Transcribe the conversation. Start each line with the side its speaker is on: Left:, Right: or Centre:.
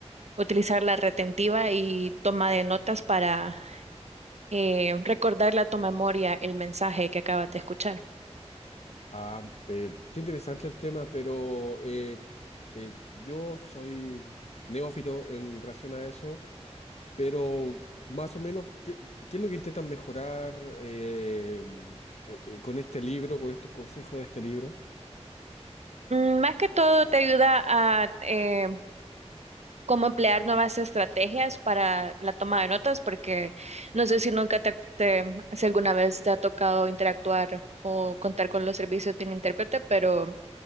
Right: utilizar la retentiva y toma de notas para eh, recordar la tu memoria el mensaje que acabas de escuchar.
Left: Ah, eh, qué interesante el tema, pero eh, eh, yo soy neófito en relación a eso. Pero más o menos, ¿qué, qué es lo que intentan mejorar eh, eh, eh, con este libro, con estos consejos de este libro?
Right: Mm, Más que todo te ayuda a eh, cómo emplear nuevas estrategias para la toma de notas, porque no sé si nunca te, te- si alguna vez te ha tocado interactuar o contar con los servicios de un intérprete, pero